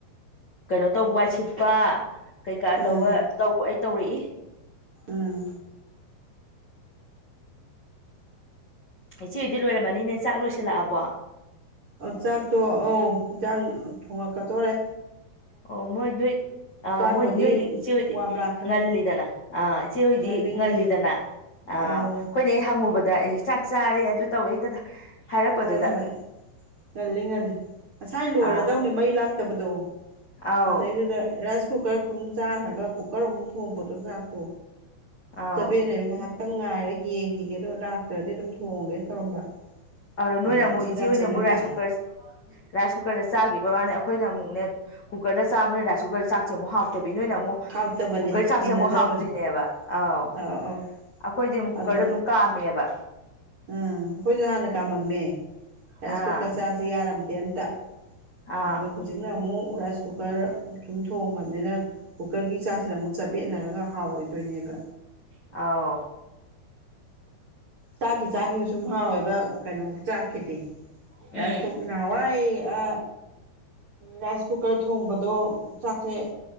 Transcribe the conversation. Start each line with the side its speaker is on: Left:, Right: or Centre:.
Left: ꯀꯩꯅꯣ ꯇꯧꯕ ꯋꯥꯏ ꯁꯤꯠꯄ ꯀꯩꯀꯥ
Right: ꯎꯝ
Left: ꯇꯧꯕ ꯇꯧꯕ ꯑꯩ ꯇꯧꯔꯛꯏ
Right: ꯑꯥ
Left: ꯉꯁꯤꯒꯤꯗꯤ ꯂꯣꯏꯔꯝꯃꯅꯤꯅꯦ ꯆꯥꯛ ꯂꯣꯏꯁꯤꯜꯂꯛꯑꯕꯣ
Right: ꯑꯥ ꯆꯥꯛꯇꯣ ꯑꯧ ꯏꯟꯖꯥꯡ ꯊꯣꯡꯉꯛꯀꯗꯧꯔꯦ
Left: ꯑꯣ ꯃꯣꯏ ꯅꯣꯏ ꯑ
Right: ꯆꯥꯛꯄꯨꯗꯤ
Left: ꯃꯣꯏ ꯅꯣꯏꯗꯤ ꯏꯆꯦ ꯍꯣꯏꯗꯤ
Right: ꯋꯥꯝ ꯂꯥꯛꯈ꯭ꯔꯦ
Left: ꯉꯜꯂꯤꯗꯅ ꯑ ꯏꯆꯦ ꯍꯣꯏꯗꯤ
Right: ꯉꯜꯂꯤ
Left: ꯉꯜꯂꯤꯗꯅ
Right: ꯉꯜꯂꯤ
Left: ꯑ ꯑꯩꯈꯣꯏꯅ
Right: ꯑꯧ
Left: ꯍꯦꯛ ꯍꯪꯉꯨꯕꯗ ꯆꯥꯛ ꯆꯥꯔꯦ ꯑꯗꯨ ꯇꯧꯋꯦ ꯍꯦꯛꯇ ꯍꯥꯏꯔꯛꯄꯗꯨꯗ
Right: ꯍꯣꯏ ꯍꯣꯏ ꯉꯜꯂꯤ ꯉꯜꯂꯤ ꯉꯁꯥꯏ ꯂꯣꯏꯔꯗꯧꯅꯤ
Left: ꯑꯥ
Right: ꯃꯩ ꯂꯥꯛꯇꯕꯗꯣ
Left: ꯑꯧ
Right: ꯑꯗꯩꯗꯨꯗ ꯔꯥꯏꯁ ꯀꯨꯀꯔ ꯁꯨꯝ ꯆꯥꯈ꯭ꯔꯒ ꯀꯨꯀꯔ ꯑꯃꯨꯛ ꯊꯣꯡꯕꯗꯣ ꯆꯥꯛꯇꯣ
Left: ꯑꯧ
Right: ꯆꯕ‌ꯦꯠꯅꯩꯕ ꯉꯥꯏꯍꯥꯛꯇꯪ ꯉꯥꯏꯔꯒ ꯌꯦꯡꯈꯤꯒꯦ ꯑꯗꯨꯒ ꯂꯥꯛꯇ꯭ꯔꯗꯤ ꯑꯗꯨꯝ ꯊꯣꯡꯉꯒꯦ ꯇꯧꯔꯝꯕ
Left: ꯑꯗꯣ ꯅꯣꯏꯅ
Right: ꯑꯗ
Left: ꯑꯃꯨꯛ
Right: ꯎꯆꯤꯟ
Left: ꯏꯆꯦ
Right: ꯅꯥꯆꯤꯟꯅ
Left: ꯍ‌ꯣꯏꯅ ꯑꯃꯨꯛ
Right: ꯂꯥꯛꯑꯦ
Left: ꯔꯥꯏꯁ ꯀꯨꯀꯔꯁ ꯔꯥꯏꯁ ꯀꯨꯀꯔꯗ ꯆꯥꯈꯤꯕꯩ ꯋꯥꯅꯦ ꯑꯩꯈꯣꯏꯅ ꯑꯃꯨꯛꯅꯦ ꯀꯨꯀꯔꯗ ꯆꯥꯕꯅ ꯔꯥꯏ ꯀꯨꯀꯔ ꯆꯥꯛꯁ‌ꯦ ꯑꯃꯨꯛ ꯍꯥꯎꯇꯕꯤ ꯅꯣꯏꯅ ꯑꯃꯨꯛ
Right: ꯍꯥꯎꯇꯕꯅꯦ
Left: ꯀꯨꯀꯔ ꯆꯥꯛꯁꯦ
Right: ꯍꯩꯅꯗꯕꯅꯦ
Left: ꯑꯃꯨꯛ ꯍꯥꯎꯇ꯭ꯔꯤꯅꯦꯕ ꯑꯥꯎ
Right: ꯑꯧ ꯑꯧ
Left: ꯑꯩꯈꯣꯏꯗꯤ ꯑꯃꯨꯛ ꯀꯨꯀꯔꯗ
Right: ꯑꯗꯣ
Left: ꯑꯗꯨꯝ ꯀꯥꯝꯃꯦꯕ
Right: ꯎꯝ ꯑꯩꯈꯣꯏꯁꯨ ꯍꯥꯟꯅ ꯀꯥꯝꯃꯝꯃꯦ ꯔꯥꯏꯁ
Left: ꯑꯥ
Right: ꯀꯨꯀꯔ ꯆꯥꯛꯁꯤ ꯌꯥꯔꯝꯗꯦ ꯑꯝꯇ
Left: ꯑꯥ
Right: ꯑꯗꯣ ꯍꯧꯖꯤꯛꯅ ꯑꯃꯨꯛ ꯔꯥꯏꯁ ꯀꯨꯀꯔ ꯁꯨꯝ ꯊꯣꯡꯈꯔꯕꯅꯤꯅ ꯀꯨꯀꯔꯒꯤ ꯆꯥꯛꯁꯤꯅ ꯑꯃꯨꯛ ꯆꯥꯕ‌ꯦꯠꯅꯔꯒ ꯍꯥꯎꯔꯣꯏꯗꯣꯏꯅꯦꯕ
Left: ꯑꯧ
Right: ꯆꯥꯈꯤ ꯆꯥꯈꯤꯕ ꯁꯨꯝ ꯍꯥꯎꯋꯦꯕ ꯀꯩꯅꯣ ꯆꯥꯛꯀꯤꯗꯤ
Left: ꯎꯝ
Right: ꯔꯥꯏꯁ ꯀꯨꯀꯔꯅ ꯅꯍꯥꯟꯋꯥꯏ ꯑ ꯔꯥꯏꯁ ꯀꯨꯀꯔ ꯊꯣꯡꯕꯗꯣ ꯆꯥꯛꯁꯦ